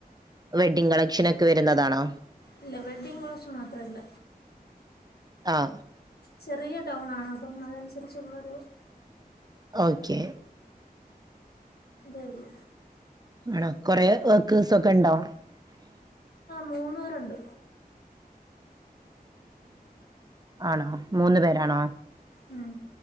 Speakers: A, on the right; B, on the left.
A: വെഡ്ഡിങ് കളക്ഷൻ ഒക്കെ വരുന്നതാണോ
B: ഇല്ല വെഡ്ഡിങ് കളക്ഷൻ മാത്രല്ല
A: ആഹ
B: ചെറിയ ടൗൺ ആണ് അപ്പം അതനുസരിച്ചുള്ളൊരു
A: ഓക്കെ
B: ഇതള്ളു
A: ആണോ കൊറെ വർക്കേ്സ് ഒക്കെ ഉണ്ടോ
B: മൂന്ന് പേർണ്ട്
A: ആണോ മൂന്ന് പേരാണോ
B: ഉം